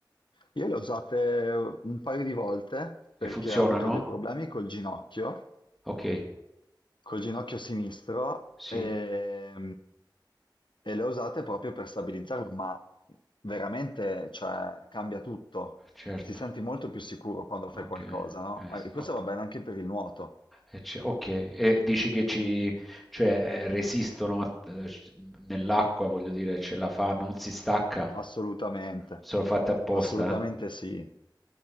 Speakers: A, on the left; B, in the centre.
A: Io le ho usate un paio di volte perché
B: E funzionano?
A: ho avuto dei problemi col ginocchio,
B: Ok,
A: col ginocchio sinistro,
B: sì,
A: e, e le ho usate proprio per stabilizzarlo, ma veramente, cioè, cambia tutto.
B: certo.
A: Ti senti molto più sicuro quando
B: Ok,
A: fai qualcosa,
B: eh,
A: no? Ma
B: s-
A: e questo
B: ok.
A: va bene anche per il nuoto,
B: E c'è- ok, e dici che ci, cioè, eh, resistono a- eh, c- nell'acqua, voglio dire, ce la fa, non si stacca,
A: assolutamente,
B: sono fatte apposta,
A: assolutamente
B: eh?
A: sì.